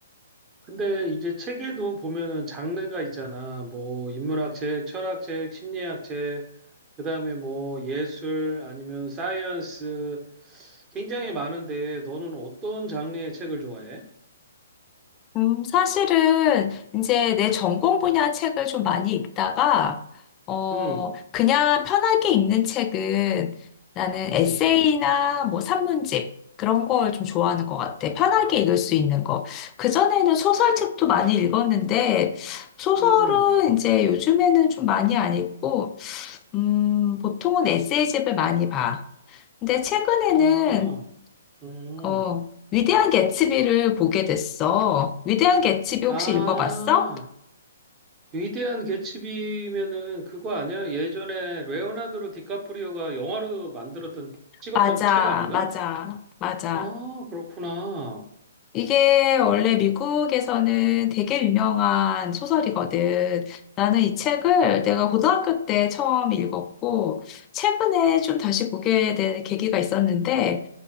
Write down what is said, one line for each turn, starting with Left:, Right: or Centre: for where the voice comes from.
Right: 근데 이제 책에도 보면은 장르가 있잖아. 뭐 인문학 책, 철학 책, 심리학 책, 그다음에 뭐 예술 아니면 사이언스 굉장히 많은데 너는 어떤 장르의 책을 좋아해?
Left: 음, 사실은 이제 내 전공 분야 책을 좀 많이 읽다가, 어,
Right: 음.
Left: 그냥 편하게 읽는 책은 나는 에세이나
Right: 음.
Left: 뭐 산문집 그런 걸 좀 좋아하는 것 같아. 편하게 읽을 수 있는 거. 그전에는 소설책도 많이 읽었는데, 소설은
Right: 음.
Left: 이제 요즘에는 좀 많이 안 읽고, 음, 보통은 에세이집을 많이 봐. 근데 최근에는
Right: 아. 음.
Left: 어, 위대한 개츠비를 보게 됐어. 위대한 개츠비 혹시
Right: 아.
Left: 읽어봤어?
Right: 위대한 개츠비면은 그거 아니야? 예전에 레오나르도 디카프리오가 영화로 만들었던 찍었던
Left: 맞아,
Right: 책 아닌가?
Left: 맞아, 맞아.
Right: 아, 그렇구나.
Left: 이게 원래 미국에서는 되게 유명한 소설이거든. 나는 이 책을 내가 고등학교 때 처음 읽었고, 최근에 좀 다시 보게 된 계기가 있었는데,